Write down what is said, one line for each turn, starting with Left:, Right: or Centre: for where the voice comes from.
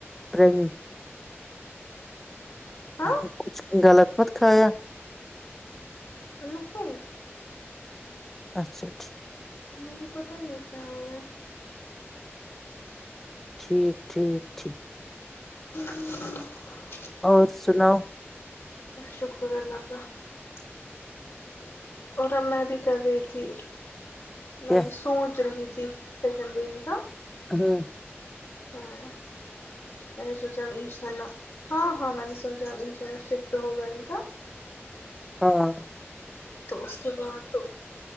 Centre: رہے گی <inaudible>
Left: ہاں
Centre: ا کچھ غلط <unintelligible> خت کھایا <unintelligible>
Left: نہیں
Centre: اچھا ٹھیک <inaudible>
Left: مجھے پتا ہی نہیں کیا ہو ہے
Centre: ٹھیک ٹھیک ٹھیک
Left: ہ <inaudible>
Centre: اور سناؤ
Left: شکر اللہ کا کا اور اب میں بھی کر رہی تھی میں
Centre: کیا
Left: بھی سوچ رہی ت جی سیکنڈ بیبی کا
Centre: ہاں <unintelligible>
Left: اور <inaudible> میں نے سوچا اب انشاء اللہ ہاں ہاں میں نے سوچا اب ان شور میں شفٹ ہوگا ان کا
Centre: ہاں
Left: تو اس کے بعد تو